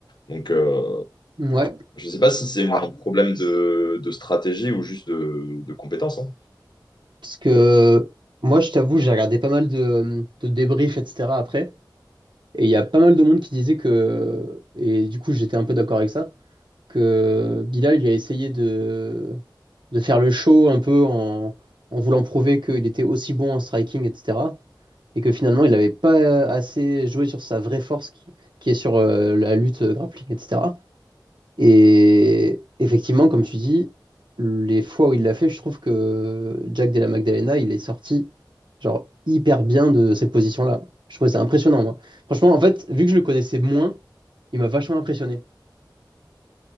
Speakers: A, on the left; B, on the right.
A: Donc, euh,
B: Ouais,
A: je ne sais pas si c'est un problème de, de stratégie ou juste de, de compétence. hein.
B: Parce que moi, je t'avoue, j'ai regardé pas mal de, de débriefs, etc. après. Et il y a pas mal de monde qui disait que, et du coup, j'étais un peu d'accord avec ça, que Bilal, il a essayé de, de faire le show un peu en, en voulant prouver qu'il était aussi bon en striking, etc. Et que finalement, il n'avait pas euh, assez joué sur sa vraie force qui, qui est sur euh, la lutte euh, grappling, etc. Et effectivement, comme tu dis, les fois où il l'a fait, je trouve que Jack Della Magdalena, il est sorti genre hyper bien de ces positions-là. Je trouvais ça impressionnant, moi. Franchement, en fait, vu que je le connaissais moins, il m'a vachement impressionné.